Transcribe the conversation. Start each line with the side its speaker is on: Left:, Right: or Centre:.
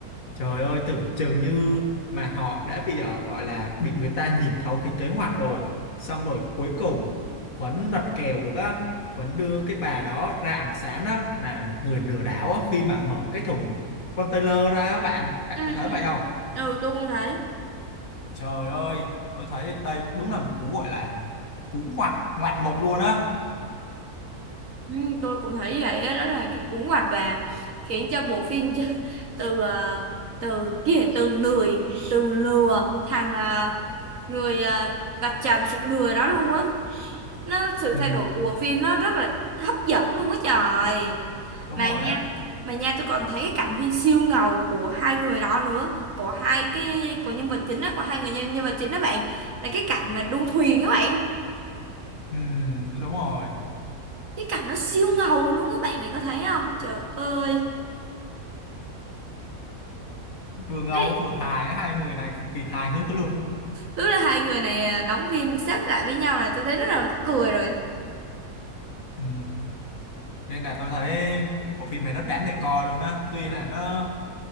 Left: Trời ơi, tưởng chừng như mà họ đã bị ờ, gọi là bị người ta nhìn thấu cái kế hoạch rồi. Xong rồi cuối cùng vẫn lật kèo được á. Vẫn đưa cái bà đó ra ánh sáng á, là một người lừa đảo á, khi mà mở cái thùng container ra á bạn. Bạn
Right: Ừ,
Left: có thấy
Right: ừ.
Left: vậy không?
Right: Ừ, tôi cũng thấy.
Left: Trời ơi, tôi thấy đây đúng là một cú gọi là cú ngoạn, ngoạn mục luôn á.
Right: Ừ, tôi cũng thấy vậy á, đó là cái cú ngoặt và khiến cho bộ phim <laughs> từ à, từ kia từ lười từ lừa thằng à, người à, vạch trần sự lừa đó luôn á nó sự
Left: Ừ,
Right: thay đổi của bộ phim nó rất là hấp dẫn luôn á trời
Left: đúng
Right: mà
Left: rồi
Right: nha
Left: á.
Right: mà nha tôi còn thấy cái cảnh phim siêu ngầu của hai người đó nữa của hai cái của nhân vật chính đó của hai người nhân, nhân vật chính đó bạn là cái cảnh mà đu thuyền đó bạn
Left: Ừ, đúng rồi.
Right: cái cảnh nó siêu ngầu luôn á bạn bạn có thấy không trời ơi
Left: vừa ngầu
Right: Ý,
Left: vừa hài hai người này cực kỳ hài hước luôn
Right: tức là hai người này à, đóng phim sát lại với nhau là tôi thấy rất là mắc cười rồi
Left: ừ. nên là tôi thấy bộ phim này rất đáng để coi luôn á tuy là nó